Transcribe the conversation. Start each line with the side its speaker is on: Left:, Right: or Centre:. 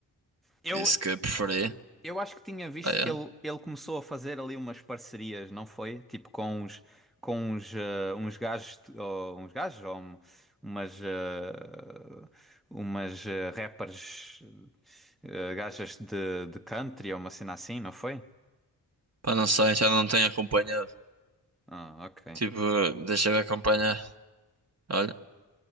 Centre: Eu,
Right: Disse que preferia.
Centre: Eu acho que tinha visto
Right: Ah, yeah.
Centre: que ele, ele começou a fazer ali umas parcerias, não foi? Tipo com uns, com uns, eh, uns gajos, de- ou, uns gajos, ou um- umas, eh, umas eh, rappers, eh, gajas de, de country, ou uma cena assim, não foi?
Right: Pá, não sei, já não tenho acompanhado.
Centre: Ah, ok.
Right: Tipo, deixa eu ver acompanhar. Olha,